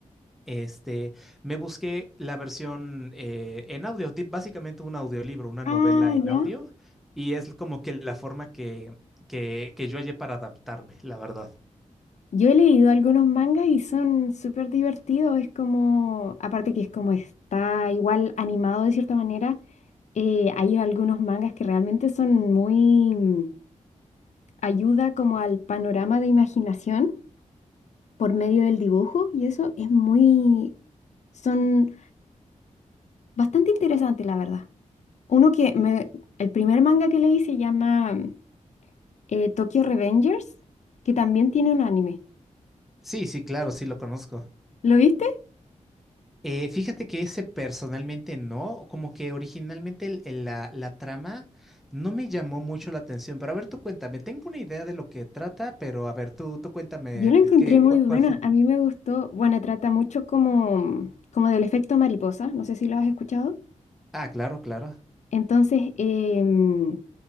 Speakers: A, in the centre; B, on the left (about 60°).
A: este, me busqué la versión eh, en audio, di- básicamente un audiolibro, una novela
B: Ah,
A: en
B: ya.
A: audio, y es como que la forma que, que, que yo hallé para adaptarme, la verdad.
B: Yo he leído algunos mangas y son súper divertidos. Es como, aparte que es como está igual animado de cierta manera, eh, hay algunos mangas que realmente son muy mm, ayuda como al panorama de imaginación por medio del dibujo y eso es muy, son bastante interesantes, la verdad. Uno que me, el primer manga que leí se llama mm, eh, Tokyo Revengers, que también tiene un anime.
A: Sí, sí, claro, sí lo conozco.
B: ¿Lo viste?
A: Eh, fíjate que ese personalmente no, como que originalmente el- el- la, la trama no me llamó mucho la atención, pero a ver, tú cuéntame, tengo una idea de lo que trata, pero a ver, tú, tú cuéntame,
B: Yo la encontré
A: ¿qué,
B: muy
A: cuál,
B: buena,
A: cuál fue?
B: a mí me gustó, bueno, trata mucho como, como del efecto mariposa, no sé si lo has escuchado.
A: Ah, claro, claro,
B: Entonces, em,